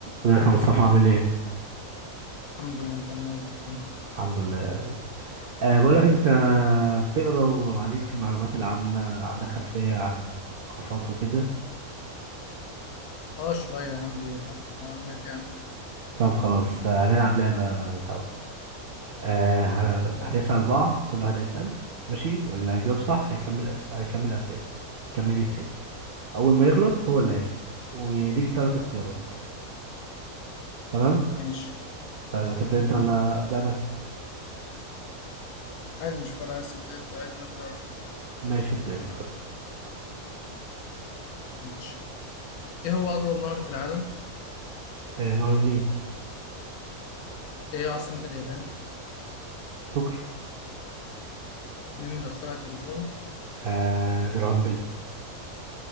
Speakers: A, on the right; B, on the left.
A: ازيك يا مصطفى عامل ايه؟
B: الحمد لله انت عامل ايه يا عبد الرحمن
A: الحمد لله أه بقول لك انت بتقرا وعليك في المعلومات العامة عندك خلفية عن ثقافات وكده
B: اه شوية عندي حبة معلومات يعني وكده
A: طب خلاص آه، هنلعب لعبة سوا أه ه-
B: زي
A: هنسأل
B: بتم.
A: بعض كل واحد هيسأل ماشي واللي هيجاوب صح هيكمل أس... هيكمل أسئلة هيكمل يتسأل أول ما يغلط هو اللي هيسأل وليك تلات اختيارات تمام؟
B: ماشي
A: طيب هتبدأ
B: تمام
A: انت ولا أبدأ أنا؟
B: عادي مش فارقة عايز تبدأ ابدأ عايز نبدأ ابدأ
A: ماشي ابدأ انت طيب
B: ماشي ايه هو أطول نهر في العالم؟
A: أه نهر النيل
B: ايه هي عاصمة اليابان؟
A: طوكيو
B: مين اللي اخترع التليفون؟
A: أه جرامبل